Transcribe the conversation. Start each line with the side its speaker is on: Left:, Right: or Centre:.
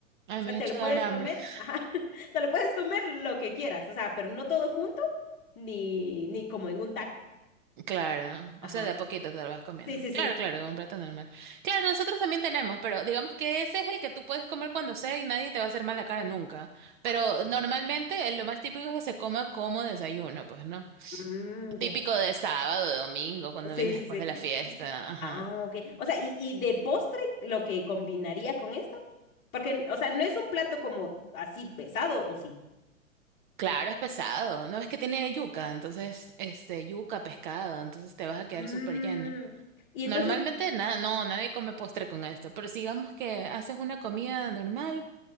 Right: Ay,
Left: O
Right: me
Left: sea,
Right: has
Left: te
Right: hecho
Left: lo puedes
Right: dar hambre.
Left: comer,
Right: <laughs>
Left: <laughs> ajá, te lo puedes comer lo que quieras, o sea, pero no todo junto, ni, ni como en un taco.
Right: Claro,
Left: Ajá.
Right: o sea, de a poquito te lo vas comiendo.
Left: Sí, sí, sí.
Right: Claro, claro, con plato normal. Claro, nosotros también tenemos, pero digamos que ese es el que tú puedes comer cuando sea y nadie te va a hacer mal la cara nunca. Pero
Left: Ah, ok.
Right: normalmente eh, lo más típico es que se coma como desayuno, pues, ¿no?
Left: Mm,
Right: Típico
Left: ya.
Right: de sábado, de domingo, cuando
Left: Sí,
Right: vienes
Left: sí,
Right: después
Left: sí.
Right: de la fiesta.
Left: Ah, ok. O sea, y, y de postre, lo que combinaría con esto. Porque, o sea, no es un plato como así pesado, ¿o sí?
Right: Claro, es pesado. No es que tiene yuca, entonces, este, yuca, pescado, entonces te vas a quedar
Left: Mm,
Right: súper lleno.
Left: Y
Right: Normalmente,
Left: entonces,
Right: nada,
Left: Ajá.
Right: no, nadie come postre con esto, pero si digamos que haces una comida normal,